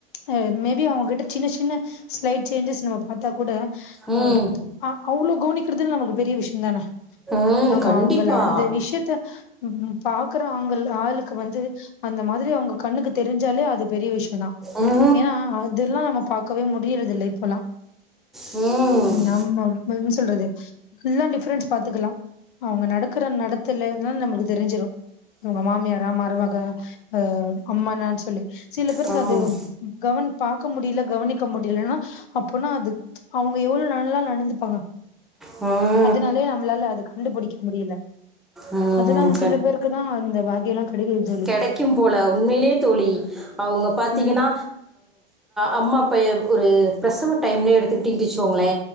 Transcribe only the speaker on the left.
அ ம் மேபி அவங்ககிட்ட சின்ன சின்ன ஸ்லைட் சேஞ்சஸ் நம்ம பாத்தா கூட
அவ் ஆ அவ்ளவு கவனிக்கிறதுன்னு நமக்கு பெரிய விஷயோ தான
நம்ம
அவங்கேல அந்த விஷ் விஷயத்த ம் பாக்குற அங்க ஆளுக்கு வந்து அந்த மாதிரி அவங்க கண்ணுக்கு தெரிஞ்சாலே அது பெரிய விஷயந் தா
ஏன்னா அதல்லா நம்ம பா பக்கவே முடியிறதில்ல இப்பல்லா
உம் அம்மா என்ன சொல்றது ஃபுல்லா டிஃப்ரென்ஸ் பாத்துக்கலா அவங்க நடக்குற நடத்தல நம்மளுக்கு தெரிஞ்சிடு அவங்க மாமியாரா மருமக அ அம்மானான் சொல்லி சில பேருக்கு
அது கவன் பாக்க முடியல கவனிக்க முடியலன்னா அப்பனா அது அவங்க எவ்ள நல்லா நடந்துப்பாங்க
அதனாலயே நம்மளால அது கண்டுபிடிக்க முடியல
அதெல்லா சில பேருக்கு தா அந்த பாக்கியல்லா கெடைக்குது தோழி
ம்